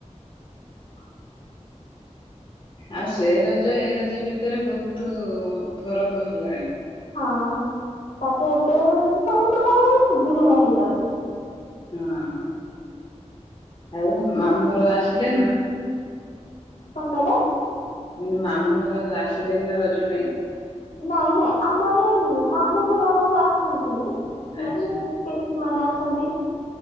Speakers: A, on the left (about 75°); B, on the left (about 40°).
A: <inaudible>
B: ଆଉ ସେ ରଜ ଏ ରଜ ଭିତରେ ବହୁତ ଫରକ ହେଲାଣି।
A: ହଁ, ତାପରେ ଏବେ ସବୁ ପ୍ରକାର ମାନେ ସୁବିଧା ଟା ହେଇଯାଉଛି।
B: ହଁ। ଆଉ ମାମୁଁଘର ଆସିଲେନି ନା?
A: କଣ କହିଲ?
B: ମୁଁ କ <inaudible> ମାମୁଁ ଘର ଆସିଲେନି ନା ରଜ ପାଇଁ?
A: ନାଇଁ ନାଇଁ ଆମ ଆଡେ ମାମୁଁ ଘର ଆସନ୍ତିନି।
B: ଆଚ୍ଛା
A: ଏମିତି ପିଇସୀମାନେ ଆସ୍ ଆସନ୍ତି